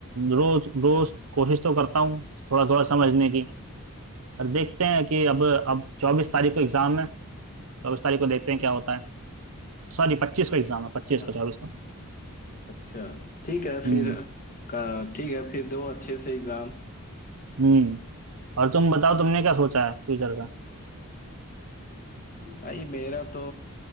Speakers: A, on the right; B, on the left.
A: रोज रोज कोशिश तो करता हूँ थोड़ा थोड़ा समझने की पर देखते हैं कि अब अब चौबीस तारीख को एग्जाम है चौबीस तारीख को देखते हैं क्या होता है सॉरी पच्चीस को एग्जाम है पच्चीस
B: हाँ
A: को चौबीस को नहीं।
B: अच्छा ठीक है
A: हम्म
B: फिर का ठीक है फिर दो अच्छे से एग्जाम
A: हम्म और तुम बताओ तुमने क्या सोचा है फ्यूचर का
B: भाई मेरा तो